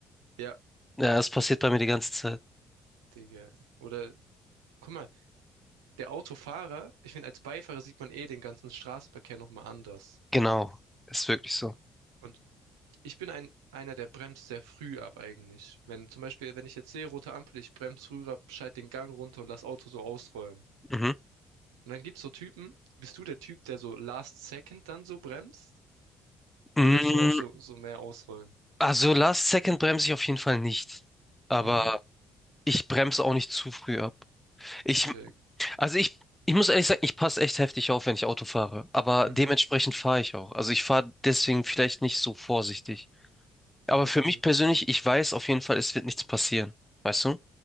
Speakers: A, on the right; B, in the centre.
A: Ja,
B: Ja, das passiert bei mir die ganze Zeit.
A: Digga. Oder, guck mal, der Autofahrer, ich finde, als Beifahrer sieht man eh den ganzen Straßenverkehr nochmal anders.
B: Genau, ist wirklich so.
A: Und ich bin ein, einer, der bremst sehr früh ab eigentlich. Wenn zum Beispiel, wenn ich jetzt sehe, rote Ampel, ich bremse früh ab, schalte den Gang runter und lass Auto so ausrollen.
B: Mhm.
A: Und dann gibt's so Typen, bist du der Typ, der so last second dann so bremst? Oder
B: Mm,
A: lässt du auch so, so mehr ausrollen?
B: Also Last Second bremse ich auf jeden Fall nicht. Aber
A: Mhm,
B: ich bremse auch nicht zu früh ab. Ich,
A: ich check.
B: also ich, ich muss ehrlich sagen, ich passe echt heftig auf, wenn ich Auto fahre. Aber
A: Mhm,
B: dementsprechend fahre ich auch. Also ich fahre deswegen vielleicht nicht so vorsichtig. Aber
A: mhm, mhm.
B: für mich persönlich, ich weiß auf jeden Fall, es wird nichts passieren. Weißt du?